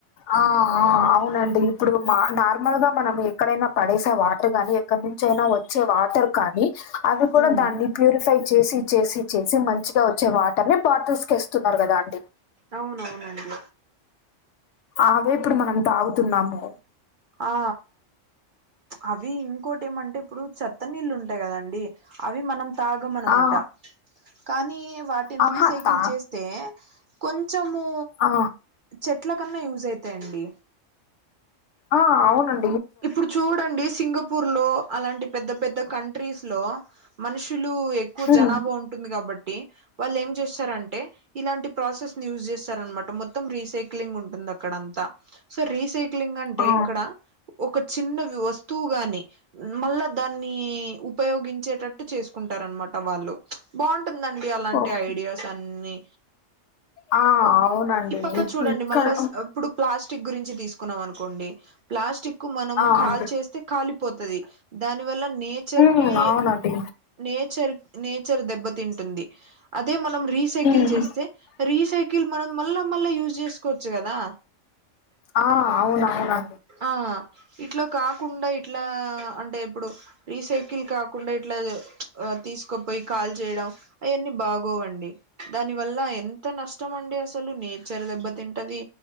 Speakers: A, on the left; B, on the right.
A: ఆ ఆ అవునండి ఇప్పుడు మా నార్మల్ గా మనం ఎక్కడైనా పడేసే అ వాటర్ గని అక్క నుంచి అయినా వచ్చే వాటర్ కానీ అవి కూడా
B: ఉమ్
A: దాన్ని ప్యూరిఫై చేసి చేసి చేసి మంచిగా వచ్చే వాటర్‌ని బాటిల్స్‌కి ఎస్తున్నారు కదా అండి
B: అవునవునండి
A: అవే ఇప్పుడు మనం తాగుతున్నాము
B: ఆ అవి ఇంకోటి ఏమంటే ఇప్పుడు చెత్త నీళ్ళు ఉంటాయి కదండి అవి మనం తాగం అనమాట
A: ఆ
B: కానీ వాటిని
A: ఆహా
B: రీసైకిల్
A: తా
B: చేస్ తే కొంచెము
A: ఆ
B: చెట్ల కన్న యూజ్ అయితాయండి
A: ఆ అవునం
B: ఇప్పుడు చూడండి సింగపూర్‌లో అలాంటి పెద్ద పెద్ద కంట్రీస్‌లో మనుషులు ఎక్కువ
A: ఉమ్
B: జనాభా ఉంటుంది కాబట్టి వాళ్ళు ఏం చేస్తారంటే ఇలాంటి ప్రాసెస్‌ని యూజ్ చేస్తారనమాట మొత్తం రీసైక్లింగ్ ఉంటుంది అక్కడ అంతా సో రీసై క్లీంగ్ అంటే
A: ఆ
B: ఇక్కడ ఒక చిన్న వస్తువు గాని మళ్ళా దాన్ని ఉపయోగించేటట్టు చేసుకుంటారు అనమాట వాళ్ళు బాగుంటుందండి అలాంటి
A: ఓకే
B: ఐడియాస్ అన్ని
A: ఆ అవునండి
B: ఈ పక్క
A: ఇ
B: చూడండి
A: ఇక్కడ
B: మళ్ళా ఇప్పుడు ప్లాస్టిక్ గురించి తీసుకున్నాం అనుకోండి ప్లాస్టిక్కు మనము
A: ఆ
B: కాల్
A: అండి
B: చేస్తే కాలిపోతది దాని వల్ల నేచర్‌కి
A: ఉమ్ అవునండి
B: నేచర్ నేచర్ దెబ్బతింటుంది అదే మనం రీసైకిల్
A: ఉమ్
B: చేస్తే రీసైకిల్ మనం మళ్ళా మళ్ళా యూజ్ చేసుకోవచ్చు కదా
A: ఆ అవును అవున
B: ఆ ఇట్లా కాకుండా ఇట్లా అంటే ఇప్పుడు రీసై కిల్ కాకుండా ఇట్లా తీసుకొపోయి కాల్ చేయడం అవన్నీ బాగోవండి దాని వల్ల ఎంత నష్టమండి అసలు నేచర్ దెబ్బతింటది